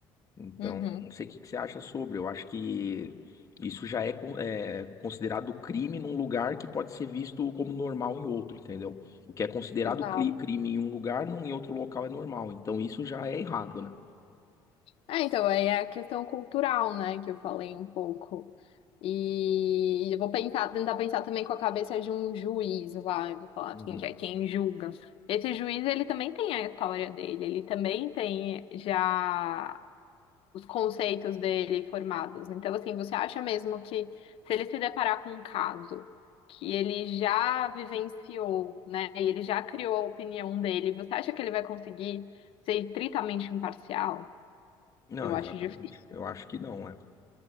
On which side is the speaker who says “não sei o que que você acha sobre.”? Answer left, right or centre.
Left